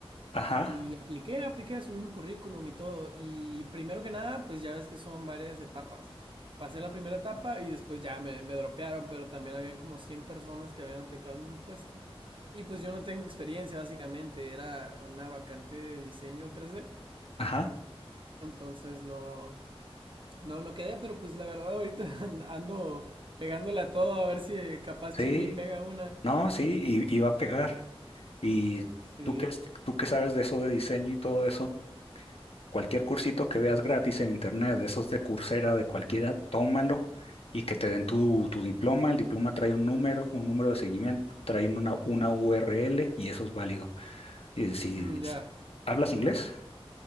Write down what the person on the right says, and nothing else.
Y apliqué, apliqué, subí mi currículum y todo. Y primero que nada, pues ya ves que son varias etapas. Pasé la primera etapa y después ya me, me dropearon, pero también habían como 100 personas que habían aplicado el mismo puesto. Y pues yo no tengo experiencia, básicamente. Era una vacante de diseño 3D.
Entonces no, no, no quedé, pero pues la verdad ahorita <laughs> an- ando pegándole a todo a ver si capaz
chicle y pega una.
Sí.
Mm, ya.